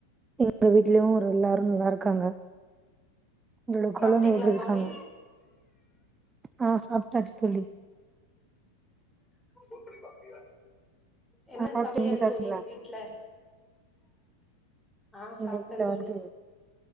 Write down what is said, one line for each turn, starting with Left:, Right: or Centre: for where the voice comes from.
Right: எங்க வீட்லயு ஒரு எல்லாரு நல்லாரு க்காங்க உங்களோட
Centre: சாப்ட்டீங்களா
Right: குழந்தை எப்படி இருக்காங்க
Centre: தோழி
Right: ஆஹ் சாப்பிட்டாச்சு தோழி
Centre: போன் பண்ணி பாக்கலியா என்ன
Right: ஆ சாப்ட்டே
Centre: சமையல்
Right: நீங்க சாப்ட்டீங்களா
Centre: தோழி வீட்டு்ல ஆஹ் சாப்பிட்டேன்
Right: எங்க வீட்ல
Centre: தோழி
Right: வந்து